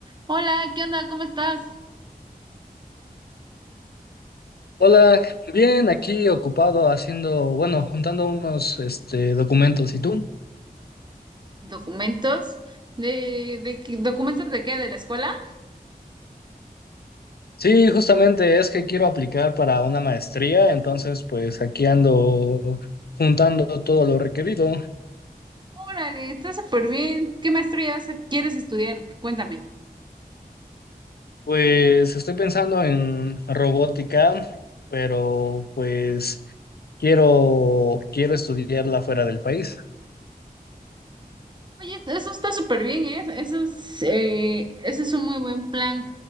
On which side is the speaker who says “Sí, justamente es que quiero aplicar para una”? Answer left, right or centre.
Left